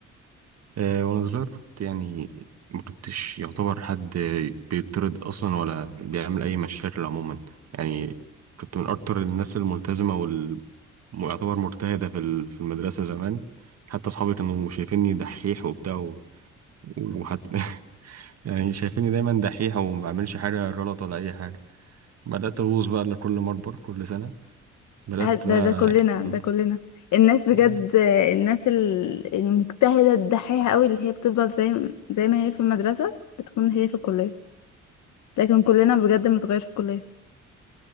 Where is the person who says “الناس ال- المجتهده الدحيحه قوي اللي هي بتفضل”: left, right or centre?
Left